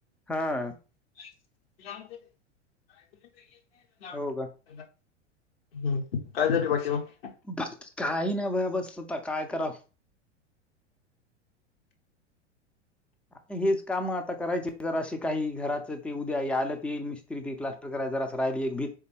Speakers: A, in the centre; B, on the left (about 55°).
A: हा.
B: <inaudible>
A: हो का
B: हम् काय झारी पाडते मग.
A: बाकी काही नाही भया बस स्वतः काय कराव. हेच काम आता करायचे ज असे काही घराचं ते उद्या आलं ते येईल मिस्त्री तथला य जरा रायली एक भी